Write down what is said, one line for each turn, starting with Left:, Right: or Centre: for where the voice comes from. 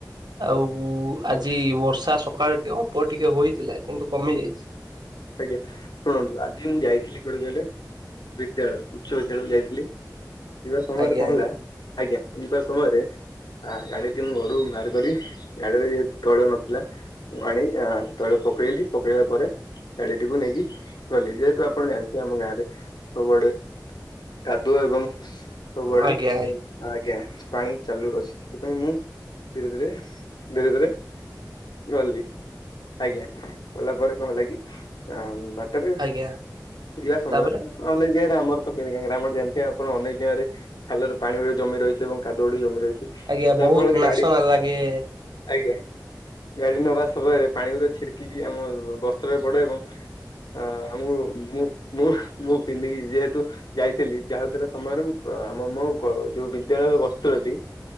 Right: ଆଉ ଆଜି ବର୍ଷା ସକାଳେ ଟିକେ ଅଳ୍ପ ଟିକେ ହୋଇଥିଲା, କିନ୍ତୁ କମିଯାଇ
Left: ଆଜ୍ଞା ଶୁଣନ୍ତୁ ଆଜି ମୁଁ ଯାଇଥିଲି କୋଉଠି କହିଲେ? ବିଦ୍ୟାଳୟ ଉଚ୍ଚ ବିଦ୍ୟାଳୟକୁ ଯାଇଥିଲି, ଯିବା ସମୟରେ
Right: ଆଜ୍ଞା
Left: କଣ ହେଲା? ଆଜ୍ଞା ଯିବା ସମୟରେ ଆ ଗାଡିଟି ମୁଁ ଘରୁକୁ ବାହାର କରି ଗାଡିରେ ଯେହେତୁ ତୈଳ ନଥିଲା ମୁଁ ଆଣି ତୈଳ <unintelligible> ପକେଇଲା ପରେ ଗାଡିଟିକୁ ନେଇକି ଗଲି, ଯେହେତୁ ଆପଣ ଜାଣିଥିବେ ଆମ ଗାଁରେ ସବୁଆଡେ କାଦୁଅ ଏବଂ ସବୁଆଡେ
Right: ଆଜ୍ଞା ଆଜ୍ଞା
Left: ଆଜ୍ଞା ପାଣି ଚାଲୁ ଅଛି, ସେଥିପାଇଁ ମୁଁ ଧୀରେ ଧୀରେ ଧୀରେ ଧୀରେ ଗଲି ଆଜ୍ଞା। ଗଲା ପରେ କଣ ହେଲା କି ବାଟରେ
Right: ଆଜ୍ଞା
Left: ଯିବା ସମୟରେ
Right: ତାପରେ
Left: ଅନେକ ଜାଗାରେ ଆର କେମ ଗ୍ରାମରେ ଜାଣିଥିବ ଆପଣ ଅନେକ ଜାଗାରେ ଖାଲରେ ପାଣି ଗଟେ ଜମି ରହିଚି, ଏବଂ କାଦୁଅ ଜମି ରହିଚି,
Right: ଆଜ୍ଞା
Left: ଯାହା
Right: ବହୁତ
Left: ଫଳରେ
Right: ନାସନା
Left: ଗାଡି
Right: ଲାଗେ
Left: ଆଜ୍ଞା ଗାଡି ନବା ସମୟରେ ପାଣି ଗରେ ଛିଡିକିି ଆମ ବସ୍ତ୍ରରେ ପଡେ, ଏବଂ ଅ ମୁଁ ମୁଁ ମୁଁ ମୁଁ ପିନ୍ଧିକି ଯେହେତୁ ଯାଇଥିଲି ଯାହା ହଉଥିଲା ସମୟରେ ମୁଁ ଆମ ମୋ ଯୋଉ ବିଦ୍ୟାଳୟ ବସ୍ତ୍ରଟି